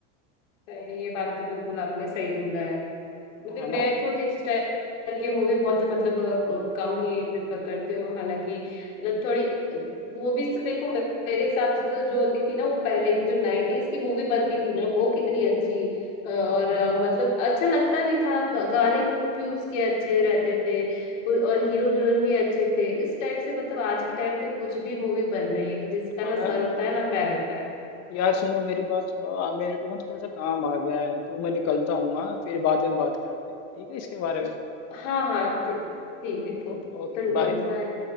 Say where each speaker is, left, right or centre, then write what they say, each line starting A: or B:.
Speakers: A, on the left; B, on the left.
A: ये बात तो बिल्कुल आपने सही बोला है मतलब
B: है ना
A: मैं
B: तो
A: खुद इस टाइप की मूवी बहुत मतलब अ, कम ही प्रेफर करती हूँ हालांकि मतलब थोड़ी मूवीज तो देखो मे- मेरे हिसाब से तो जो होती थी ना वो पहले की जो नाइनटीज की मूवी बनती थी ना वो कितनी अच्छी अ, और अ, मतलब अच्छा लगता भी था ग- गाने भी उसके अच्छे रहते थे उ- और हीरो हीरोइन भी अच्छे थे इस टाइप से मतलब आज के टाइम पे कुछ भी मूवी बन रही है कि जिसका
B: हाँ
A: ना सर होता है ना पैर होता है
B: यार सुनो मेरी बात सुनो आ, मेरे को ना थोड़ा सा काम आ गया है तो मैं निकलता हूँ हाँ फिर बाद में बात करते हैं ठीक है इसके बारे में
A: हाँ हाँ ठीक ठीक है ठीक
B: ओ- ओके
A: बिल्कुल
B: बाय
A: बाय